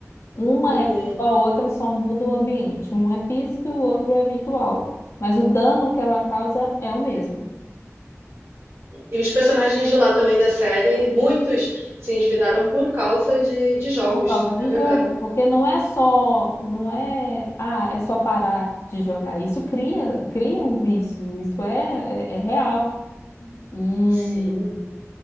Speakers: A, on the left; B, on the right.
A: Uma
B: Uhum.
A: é igual a outra, só muda o ambiente. Um é físico e o outro é virtual. Mas o dano que ela causa é o mesmo,
B: E os personagens de lá também da série, muitos se endividaram por causa de, de jogos,
A: por causa
B: não
A: do
B: é verdade?
A: jogo. Porque não é só, não é, ah, é só parar de jogar. Isso cria, cria um vício, isso é, é, é real. E,
B: Sim,